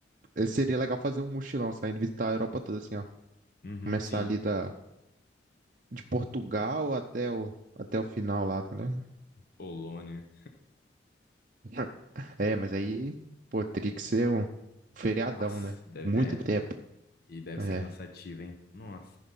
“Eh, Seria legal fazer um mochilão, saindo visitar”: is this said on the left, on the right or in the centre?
Right